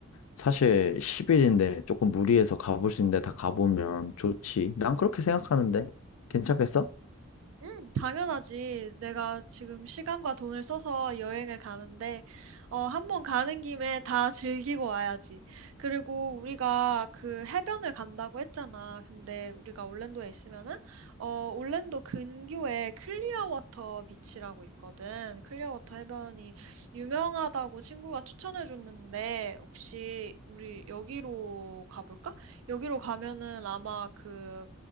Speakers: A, on the left; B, on the right.
A: 사실 10일인데 조금 무리해서 가볼 수 있는데 다 가보면 좋지. 난 그렇게 생각하는데 괜찮겠어?
B: 음, 당연하지. 내가 지금 시간과 돈을 써서 여행을 가는데, 어, 한번 가는 김에 다 즐기고 와야지. 그리고 우리가 그 해변을 간다고 했잖아. 근데 우리가 올랜도에 있으면은, 어, 올랜도 근교에 클리어워터 비치라고 있거든. 클리어워터 해변이 유명하다고 친구가 추천해줬는데, 혹시 우리 여기로 가볼까? 여기로 가면은 아마 그,